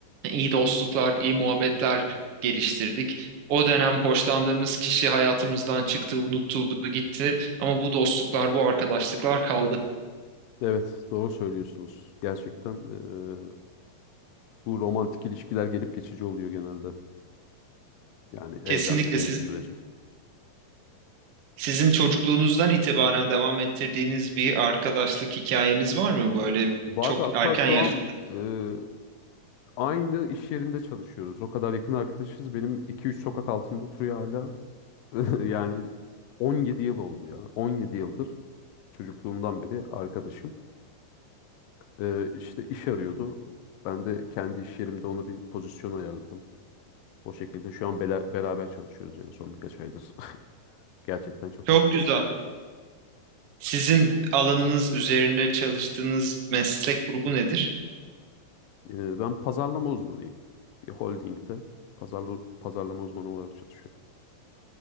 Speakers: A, on the right; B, on the left.
A: iyi dostluklar, iyi muhabbetler geliştirdik. O dönem hoşlandığımız kişi hayatımızdan çıktı, unutuldu, gitti ama bu dostluklar, bu arkadaşlıklar kaldı.
B: Evet, doğru söylüyorsunuz. Gerçekten eee, bu romantik ilişkiler gelip geçici oluyor genelde. Yani evlenmediğiniz
A: Kesinlikle siz,
B: sürece.
A: sizin çocukluğunuzdan itibaren devam ettirdiğiniz bir arkadaşlık hikayeniz var mı böyle
B: Var
A: çok
B: hatta
A: erken
B: şu
A: yaşta?
B: an eee, aynı iş yerinde çalışıyoruz. O kadar yakın arkadaşız. Benim iki üç sokak altımda oturuyor hala. <laughs> Yani 17 yıl oldu ya. 17 yıldır çocukluğumdan beri arkadaşım. Eee işte iş arıyordu. Ben de kendi iş yerimde ona bir pozisyon ayarladım. O şekilde şu an bela- beraber çalışıyoruz yani son birkaç aydır. <laughs> Gerçekten çok
A: Çok
B: yakın.
A: güzel. Sizin alanınız üzerinde çalıştığınız meslek grubu nedir?
B: Ee, Ben pazarlama uzmanıyım. Bir holdingde pazarlı, pazarlama uzmanı olarak çalışıyorum.